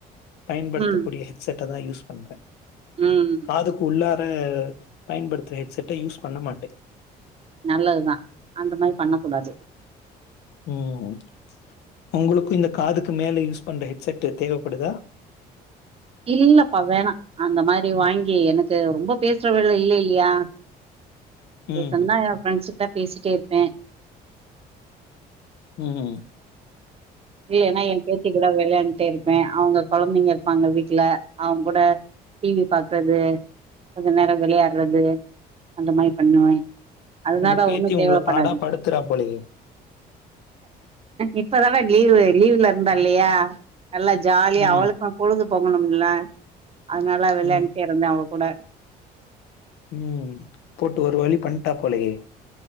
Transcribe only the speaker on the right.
ம்
ம்
நல்லதுதான் அந்த மாரி பண்ண கூடாது
இல்லப்பா வேணாம் அந்த மாரி வாங்கி எனக்கு ரொம்ப பேசுற வேல இல்ல இல்லையா பேசனுன்னா
என் ஃப்ரண்ட்ஸ்ட பேசிட்டே இருப்பேன்
இல்லேனா என் பேத்தி கூட விளையான் டே இருப்பேன் அவுங்க கொழந்தைங்க இருப்பாங்க வீட்ல் அவுங்க கூட டி வி பாக்கறது கொஞ்ச நேரம் விளையாட்றது அந்த மாரி பண்ணுவேன் அதனால
ஒண்ணும் தேவைப்படாது
இப்பதான லீவு லீவுல இருந்த இல்லையா எல்லா ஜாலிய
அவளுக்குனு பொழுது போகணும்ல அதனால விளையாண்டே
இருந்த அவ கூட